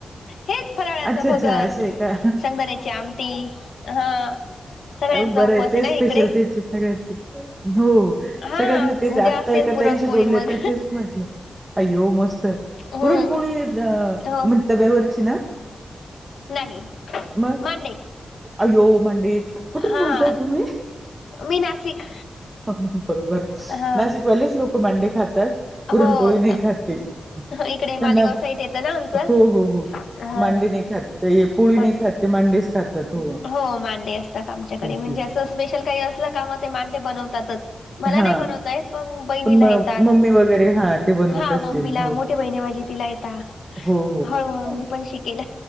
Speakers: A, on the left (about 85°); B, on the right (about 20°).
A: हेच फराळाचं
B: अच्छा
A: भगर
B: अच्छा असं आहे का
A: शेंगदाण्याची आमटी. हा. सगळ्यांचा
B: अ बर
A: उपवास
B: आहे ते
A: ना
B: स्पेशल
A: इकडे
B: तेच सगळ्यांचे हो सगळ्यांच झोप
A: हा
B: सगळ्यांची तेच
A: उद्या
B: आता
A: असेल
B: एका
A: पुरणपोळी
B: ताईंशी बोलले
A: मग
B: तर तेच अय्यो मस्त
A: हम्म
B: पुरणपोळी म्हणज
A: हो
B: तब्यावरची ना.
A: नाही
B: मग
A: मांडे
B: अय्यो मांडे कुठून
A: हा
B: बोलताय तुम्ही
A: मी नाशिक.
B: बरोबर
A: हा
B: नाशिकवालेच लोक मांडे खातात. पुरणपोळी
A: हो
B: नाही खात ते त्यांना
A: इकडे मालेगाव साईट येतं ना आमचं
B: हो हो हो.
A: हा
B: मांडे नाही खात. ते पोळी
A: मान
B: नाही खात ते मांडेच खातात हो.
A: हो मांडे असतात आमच्याकडे
B: तेच
A: म्हणजे
B: तेच
A: असं स्पेशल काही असलं का मग ते मांडे बनवतातच. मला
B: हा
A: नाही बनवता येत पण बहिणीला
B: म
A: येतात
B: मम्मी वगैरे हा ते बनवत
A: हा
B: असतील
A: मम्मीला
B: हो
A: मो ठी बहिण आहे माझी तिला येत
B: हो हो
A: हळूहळू मी पण शिकेल.